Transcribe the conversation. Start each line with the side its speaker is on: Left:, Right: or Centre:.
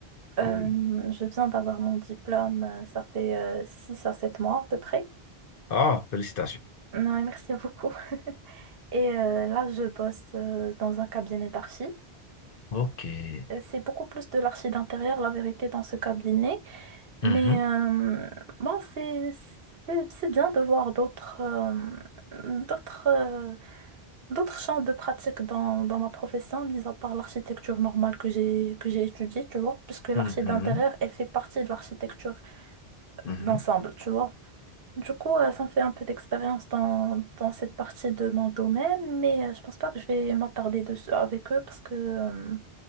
Right: Euh,
Left: Cool.
Right: je viens d'avoir mon diplôme. euh, Ça fait euh, 6 à 7 mois à peu près.
Left: Oh, félicitations.
Right: Ouais, merci beaucoup. <laughs> Et euh, là, je bosse euh, dans un cabinet d'archi.
Left: OK.
Right: Euh, C'est beaucoup plus de l'archi d'intérieur, la vérité, dans ce cabinet. Mais
Left: Mhm,
Right: euh, bon, c'est, c'est, c'est bien de voir d'autres euh, d'autres euh, d'autres champs de pratique dans, dans ma profession, mis à part l'architecture normale que j'ai que j'ai étudiée, tu vois, puisque l'archi
Left: mhm,
Right: d'intérieur, elle fait partie de l'architecture
Left: mhm.
Right: d'ensemble, tu vois. Du coup, euh, ça me fait un peu d'expérience dans, dans cette partie de mon domaine, mais euh, je pense pas que je vais m'attarder dessus avec eux parce que euh,